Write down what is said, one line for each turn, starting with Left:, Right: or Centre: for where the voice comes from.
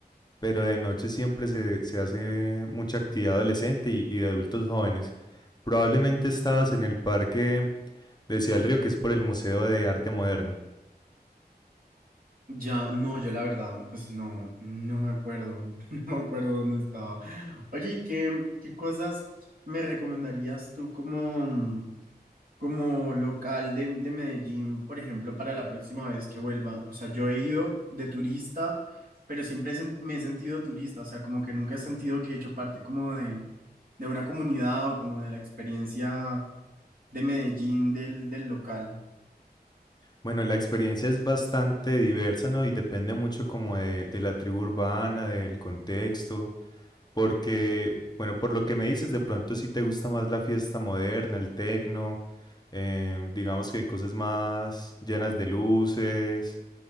Left: pero de noche siempre se, se hace mucha actividad adolescente y, y de adultos jóvenes. Probablemente estabas en el parque de Ciudad del Río, que es por el Museo de Arte Moderno.
Right: Ya, no, yo la verdad, pues no, no me acuerdo, <laughs> no me acuerdo dónde estaba. Oye, ¿y ¿qué, qué cosas me recomendarías tú como, como local de, de Medellín, por ejemplo, para la próxima vez que vuelva? O sea, yo he ido de turista, pero siempre he sen- me he sentido turista, o sea, como que nunca he sentido que he hecho parte como de, de una comunidad o como de la experiencia de Medellín del, del local.
Left: Bueno, la experiencia es bastante diversa, ¿no? Y depende mucho como de, de la tribu urbana, del contexto, porque, bueno, por lo que me dices, de pronto sí te gusta más la fiesta moderna, el tecno, eh, digamos que cosas más llenas de luces.